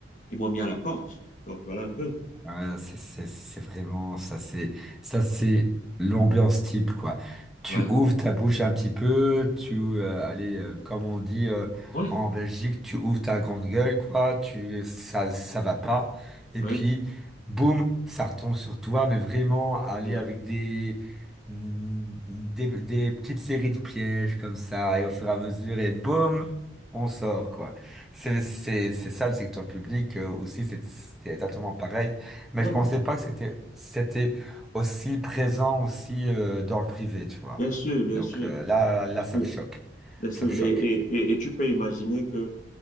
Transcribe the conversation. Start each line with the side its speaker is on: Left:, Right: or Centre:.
Left: ils m'ont mis à la porte. Donc, voilà un peu.
Centre: Ouais, c'est c'est- c'est vraiment ça, c'est ça, c'est l'ambiance type quoi. Tu
Left: Ouais,
Centre: ouvres ta bouche un petit peu, tu euh, allez euh, comme on dit euh,
Left: ouais,
Centre: en Belgique, tu ouvres ta grande gueule quoi, tu ça ça va pas et
Left: ouais,
Centre: puis boum, ça retombe sur toi, mais vraiment aller
Left: ouais.
Centre: avec des mmh, des, des petites séries de pièges comme ça et au fur et à mesure et boum, on sort quoi. C'est c'est c'est ça le secteur public euh, aussi, c'est c'est exactement pareil. Mais
Left: Non,
Centre: je pensais
Left: mais
Centre: pas que c'était c'était aussi présent aussi euh, dans le privé, tu vois.
Left: bien sûr, bien
Centre: Donc
Left: sûr.
Centre: euh, là
Left: Bien
Centre: là ça
Left: sûr,
Centre: me choque.
Left: bien sûr.
Centre: Ça me choque.
Left: Et, et- et- et tu peux imaginer que,